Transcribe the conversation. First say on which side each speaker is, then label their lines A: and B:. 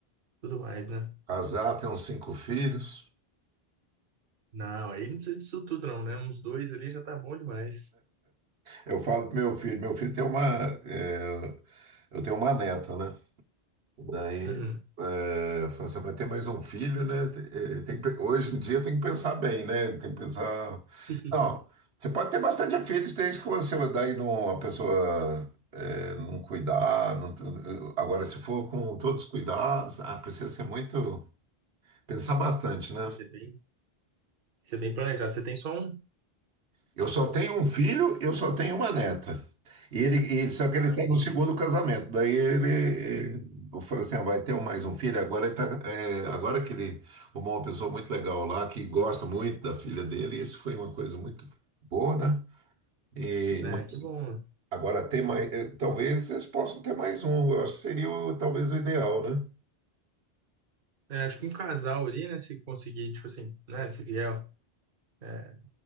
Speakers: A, on the right; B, on the right.
A: tudo mais, né?
B: Casar, ter uns cinco filhos.
A: Não, aí não precisa disso tudo não, né? Uns dois ali já tá bom demais.
B: Eu falo pro meu filho, meu filho tem uma, eh, eu tenho uma neta, né? Daí,
A: Uhum.
B: é, falou assim, vai ter mais um filho, né? Eh, Tem que pe- hoje em dia tem que pensar bem, né? Tem que pensar.
A: <laughs>
B: Não, você pode ter bastante filhos desde que você daí não, a pessoa eh, não cuidar. não t- agora, se for com todos os cuidados, ah, precisa ser muito. Pensar bastante, né?
A: Tem que ser bem, tem que ser bem planejado. Você tem só um
B: Eu só tenho um filho, eu só tenho uma neta. E ele, e- só que ele está
A: Entendi.
B: no segundo casamento. Daí ele, eu falei assim, ah, vai ter um- mais um filho. Agora ele tá, é, agora que ele arrumou uma pessoa muito legal lá, que gosta muito da filha dele, isso foi uma coisa muito boa, né? E,
A: É,
B: mas
A: que bom. né?
B: agora ter mais, eh, talvez vocês possam ter mais um. Eu acho que seria o- talvez o ideal, né?
A: É, acho que um casal ali, né, se conseguir, tipo assim, né, se vier, é,